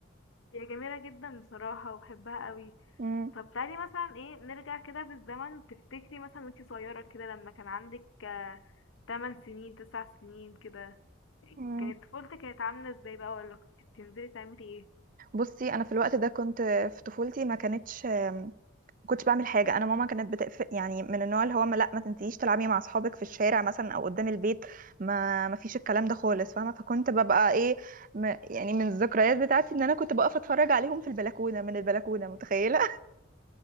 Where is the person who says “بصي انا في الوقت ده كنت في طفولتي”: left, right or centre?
Right